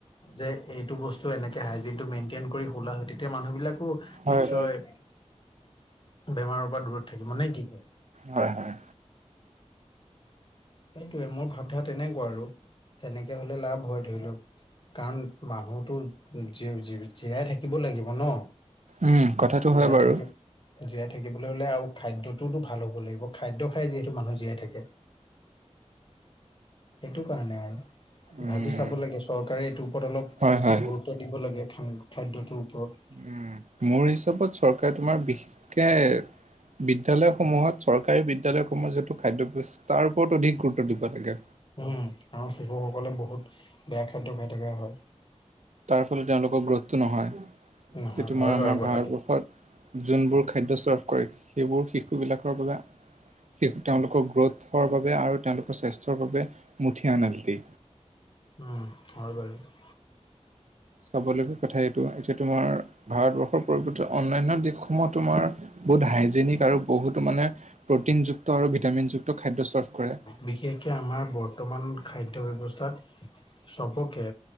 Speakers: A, on the left; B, on the right.
A: যে এইটো বস্তু এনেকে হাইজিনটো মেইনটেইন কৰি খোলা হয় তেতিয়া মানুহবিলাকো নিশ্চয়।
B: হয়
A: বেমাৰৰ পৰা দূৰত থাকিব নেকি কয়।
B: হয় হয়।
A: সেইটোৱে মোৰ ভাৱধা তেনেকুৱা আৰু তেনেকৈ হ'লে লাভ হয় ধৰি লওক। কাৰণ মানুহটো জি জি জীয়াই থাকিব লাগিব ন
B: উম কথাটো
A: জীয়াই
B: হয় বাৰু
A: থাকে। জীয়াই থাকিবলৈ হ'লে আৰু খাদ্যটোওতো ভাল হ'ব লাগিব খাদ্য খাই যিহেতু মানুহে জীয়াই থাকে। সেইটো কাৰণে আৰু
B: উম
A: ভাবি চাব লাগে চৰকাৰে এইটোৰ ওপৰত অলপ
B: হয় হয়
A: গুৰুত্ব দিব লাগে খান খাদ্যটোৰ ওপৰত।
B: উম, মোৰ হিচাপত। চৰকাৰ তোমাৰ বিশেষকে বিদ্যালয়সমূহত চৰকাৰী বিদ্যালয় <unintelligible> যে। খাদ্যব্যৱস্থাৰ ওপৰত অধিক গুৰুত্ব দিব লাগে।
A: উম আৰু শিশুসকলে বহুত বেয়া খাদ্য খাই থকা হয়!
B: তাৰ ফলত তেওঁলোকৰ গ্ৰথটো নহয়!
A: নহয়
B: এতিয়া তোমাৰ
A: হয়
B: আমাৰ
A: বাৰু কথাটো
B: ভাৰতবৰ্ষত যোনবোৰ খাদ্য চাৰ্ভ কৰে। সেইবোৰ শিশুবিলাকৰ বাবে। তেওঁলোকৰ গ্ৰথৰ বাবে আৰু তেওঁলোকৰ স্বাস্থ্যৰ বাবে মুঠিয়নালটি।
A: উম, হয় বাৰু।
B: চাবলগীয়া কথা এইটো এতিয়া তোমাৰ ভাৰতবৰ্ষৰ পৰিৱৰ্তে অন্যান্য দিশসমূহত তোমাৰ। বহুত হাইজেনিক আৰু বহুতো মানে প্ৰটিনযুক্ত আৰু ভিটামিনযুক্ত খাদ্য চাৰ্ভ কৰে।
A: বিশেষকৈ আমাৰ বৰ্তমান খাদ্য ব্যৱস্থাত চবকে